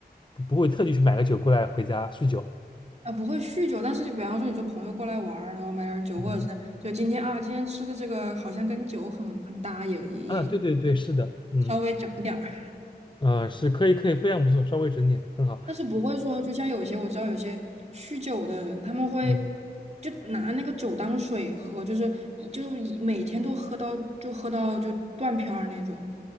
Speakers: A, on the left; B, on the right.
A: 不不会特地去买个酒过来回家酗酒。
B: 啊，不会酗酒。但是比方说，你说朋友过来玩儿，然后买点儿酒，
A: 嗯，
B: 或者是就今天啊，今天吃的这个好像跟酒很很搭，也也也
A: 啊，对对对，是的，嗯
B: 稍微整点儿，
A: 嗯、呃是可以可以，非常不错，稍微整点，很好。
B: 但是不会说，就像有些我知道有些酗酒的人，他们会
A: 嗯
B: 就拿那个酒当水喝，就是一就一每天都喝到就喝到就断片儿那种。